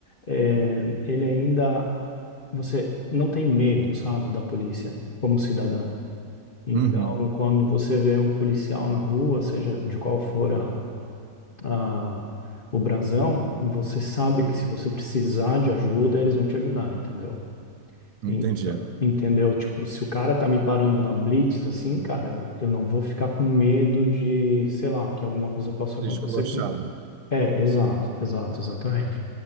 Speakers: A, on the left; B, on the right.
A: é, ele ainda você não tem medo, sabe, da polícia como cidadão. Então,
B: Uhum,
A: quando você vê um policial na rua, seja de qual for a, a- o brasão, você sabe que se você precisar de ajuda, eles vão te ajudar, entendeu?
B: entendi.
A: Então, entendeu? Tipo, se o cara tá me parando na blitz assim, cara, eu, eu não vou ficar com medo de, sei lá, que alguma coisa possa
B: Ser
A: acontecer
B: Esculachado.
A: com... É, exato, exato, exatamente.